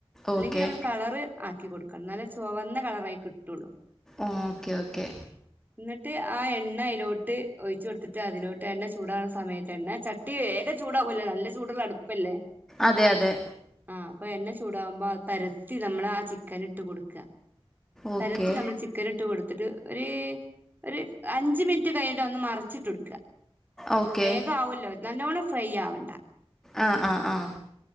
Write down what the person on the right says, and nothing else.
അല്ലെങ്കിൽ നമ്മള് കളറ് ആക്കി കൊടുക്കണം ന്നാലെ ചൊവന്ന കളറായി കിട്ടുള്ളൂ
എന്നിട്ട് ആ എണ്ണ അയ്ലോട്ട് ഒയ്ച്ച് കൊട്ത്ത്ട്ട് അതിലോട്ട് എണ്ണ ചൂടാവുന്ന സമയത്തന്നെ ചട്ടി വേഗം ചൂടാവ്വല്ലേ നല്ല ചൂട്ള്ള അട്പ്പല്ലേ
ആഹ് അപ്പൊ എണ്ണ ചൂടാകുമ്പോ പരത്തി നമ്മളാ ചിക്കൻ ഇട്ട് കൊടുക്ക
പരത്തി നമ്മള് ചിക്കന്ട്ട് കൊട്ത്ത്ട്ട് ഒര്.. ഒര് അഞ്ച് മിൻറ്റ് കയ്ഞ്ഞിട്ടഒന്ന് മറച്ചിട്ടൊട്ക്ക
വേഗാവ്വ്വല്ലോ നല്ലോണം ഫ്രൈ ആവണ്ട